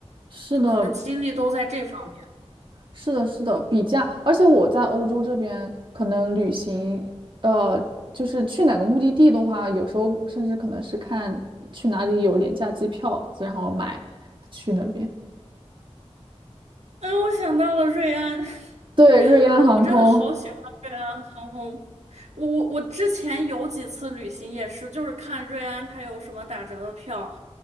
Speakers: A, on the right; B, on the right.
A: 是的，
B: 就可能精力都在这方面。
A: 是的，是的，比价，而且我在欧洲这边可能旅行，呃，就是去哪个目的地的话，有时候甚至可能是看去哪里有廉价机票，然后买去那边。
B: 哎，我想到了瑞安。<laughs>
A: 对，瑞安航空。
B: 我真的好喜欢瑞安航空。我我我之前有几次旅行也是，就是看瑞安它有什么打折的票，